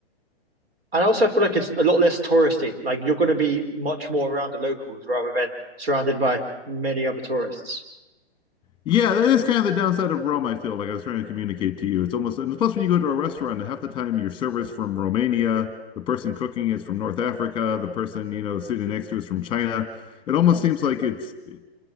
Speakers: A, on the right (about 65°); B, on the left (about 15°).
A: And also, I feel like it's a lot less touristy. Like you're going to be much more around the locals rather than surrounded by many other tourists.
B: Yeah, that is kind of the downside of Rome, I feel like I was trying to communicate to you. It's almost, and plus when you go to a restaurant, half the time your server's from Romania, the person cooking is from North Africa, the person, you know, sitting next to is from China. It almost seems like it's it,